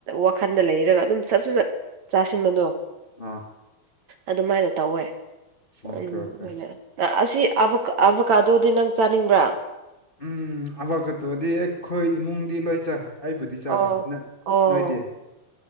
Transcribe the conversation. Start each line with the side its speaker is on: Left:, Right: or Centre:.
Right: ꯋꯥꯈꯜꯗ ꯂꯩꯔꯒ ꯑꯗꯨꯝ ꯁꯠ ꯁꯠ ꯁꯠ ꯆꯥꯁꯤꯟꯕꯗꯣ
Left: ꯑꯥ
Right: ꯑꯗꯨꯃꯥꯏꯅ ꯇꯧꯋꯦ
Left: ꯑꯣꯀꯦ
Right: ꯎꯝ
Left: ꯑꯣꯀꯦ
Right: ꯑꯁꯤ ꯑ ꯑꯥꯕꯛꯀꯥꯗꯧꯗꯤ ꯅꯪ ꯆꯥꯅꯤꯡꯕ꯭ꯔꯥ
Left: ꯎꯝ ꯑꯋꯥꯀ ꯇꯣꯗꯤ ꯑꯩꯈꯣꯏ ꯏꯃꯨꯡꯗꯤ ꯂꯣꯏ ꯆꯥꯏ ꯑꯩꯕꯨꯗꯤ ꯆꯥꯗꯦ
Right: ꯑꯣ
Left: ꯅ
Right: ꯑꯣ
Left: ꯅꯣꯏꯗꯤ